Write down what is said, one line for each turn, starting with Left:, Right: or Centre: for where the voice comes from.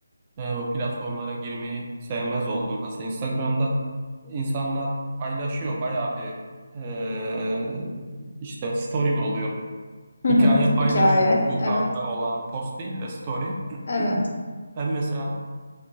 Right: e, bu platformlara girmeyi sevmez oldum. Mesela Instagram'da insanlar paylaşıyor bayağı bir e, işte story mi oluyor?
Left: Hı
Right: Hikaye
Left: hı.
Right: paylaşıyor.
Left: Hikaye.
Right: Yukarıda
Left: Evet.
Right: olan post değil de story. <clears throat>
Left: Evet.
Right: Ben mesela